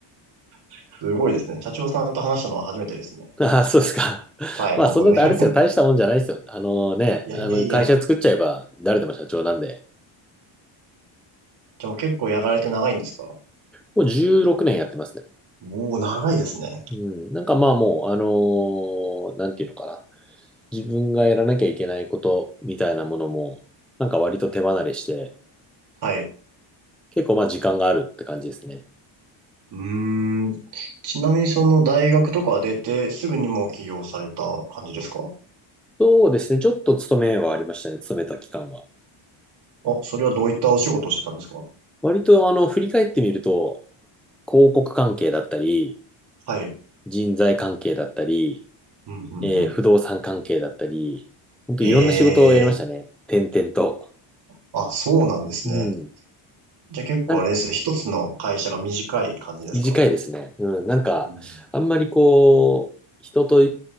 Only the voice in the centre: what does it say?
<laughs> ああ、そうですか。<laughs>
まあ、
そんな、
あれですよ、大したもんじゃないですよ。あのね、
あの、会社作っちゃえば、誰でも社長なんで、
もう16年やってますね。
うん、なんかまあもう、あのーなんていうのかな。自分がやらなきゃいけないことみたいなものも、なんか割と手離れして、
結構まあ時間があるって感じですね。
そうですね。ちょっと勤めはありましたね。勤めた期間は。
割とあの、振り返ってみると、広告関係だったり、
人材関係だったり、
えー不動産関係だったり、
本当いろんな仕事をやりましたね。
転々と。
うん。
なん
短いですね。うん、なんか、
あんまりこう、人と、